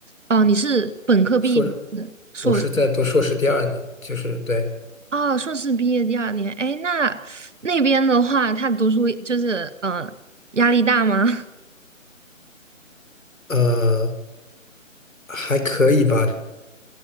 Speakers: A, on the right; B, on the left.
A: 哦，你是本科毕业还是硕士？
B: 硕士，我是在读硕士第二年，就是对，
A: 哦，硕士毕业第二年，哎，那那边的话，他读书就是，嗯、呃压力大吗？<laughs>
B: 呃，还可以吧。